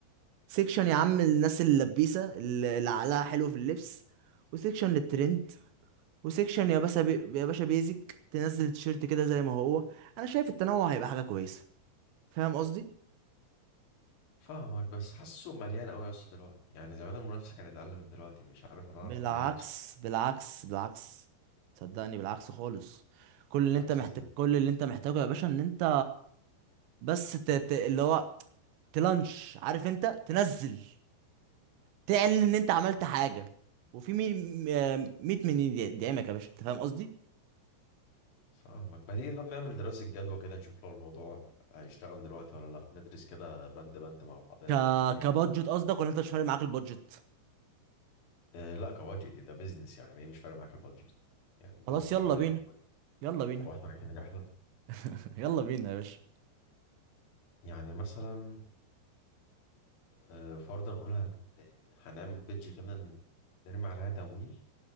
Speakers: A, on the right; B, on the left.
A: سيكشن يا عم الناس اللبيسه اللي اللي عقلها حلو في اللبس وسيكشن للترند وسيكشن يا باشا بي... يا باشا بيزك تنزل التيشيرت كده زي ما هو انا شايف التنوع هيبقى حاجه كويسه فاهم قصدي
B: فاهمك بس حاسه مليان قوي يا اسطى دلوقتي يعني زمان المنافسة كانت أقل من دلوقتي مش عارف أنا أعرف
A: بالعكس
B: ننافس ولا-
A: بالعكس بالعكس صدقني بالعكس خالص كل اللي
B: بالعكس
A: انت محتاج
B: ده
A: كل اللي انت محتاجه يا باشا ان انت بس ت... ت... اللي هو تلانش عارف انت تنزل تعلن ان انت عملت حاجه وفي مين 100 مليون دي- دعمك يا باشا انت فاهم قصدي
B: فاهمك ما تيجي طب نعمل دراسة جدوى كده نشوف لو الموضوع هيشتغل دلوقتي ولا لا ندرس كده بند بند مع بعضنا
A: ك
B: ونشوف الدنيا
A: كبادجت قصدك ولا انت مش فارق معاك البادجت
B: اه لا كواجه ده بيزنس يعني ايه مش فارق معاك البادجت يعني البيزنس
A: خلاص يلا
B: أهم حاجة
A: بينا
B: في البادجت
A: يلا بينا
B: هو احنا رايحين رحلة
A: <laughs> يلا بينا يا باشا
B: يعني مثلا اه فرضا نقول هن- هنعمل بيدج كده ن- نرمي عليها تمويل